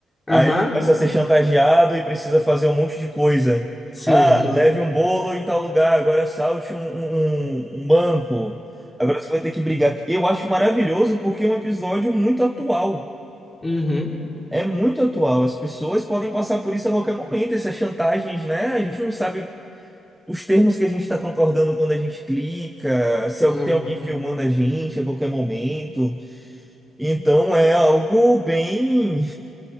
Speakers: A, on the left; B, in the centre.
A: Aham.
B: Aí ele começa a ser chantageado e precisa fazer um monte de coisa.
A: Sim.
B: Ah,
A: mu-
B: leve um bolo em tal lugar, agora salte um, um um um banco. Agora você vai ter que brigar. Eu acho maravilhoso porque é um episódio muito atual.
A: Uhum.
B: É muito atual. As pessoas podem passar por isso a qualquer momento, essas chantagens, né? A gente não sabe os termos que a gente está concordando quando a gente clica, se
A: Uhum.
B: al- tem alguém filmando a gente a qualquer momento. Então é algo bem.